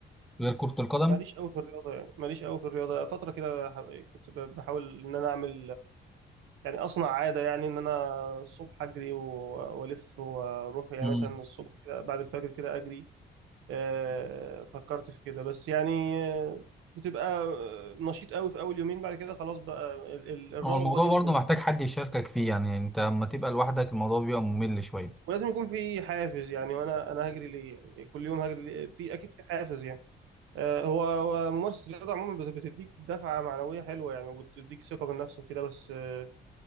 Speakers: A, in the centre; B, on the right.
A: غير كره القدم
B: ماليش قوي في الرياضه يعني ماليش قوي في الرياضه فتره كده ح- كنت ب- بحاول ان انا اعمل يعني اصنع عاده يعني ان انا الصبح اجري و- والف واروح يعني
A: امم
B: مثلا الصبح كده بعد الفجر كده اجري آه، فكرت في كده بس يعني آه، بتبقى آه، نشيط قوي في اول يومين بعد كده خلاص بقى ال- ال- الرغبه
A: هو الموضوع
B: دي
A: برضه
B: بتروح
A: محتاج حد يشاركك فيه يعني انت لما تبقى لوحدك الموضوع بيبقى ممل شويه
B: ولازم يكون في حافز يعني وانا انا هجري ليه يعني كل يوم هجري ليه؟ في اكيد في حافز يعني آه، هو هو ممارسة الرياضة عموما بت- بتديك دفعة معنوية حلوة يعني وبتديك ثقة بالنفس وكده بس آه،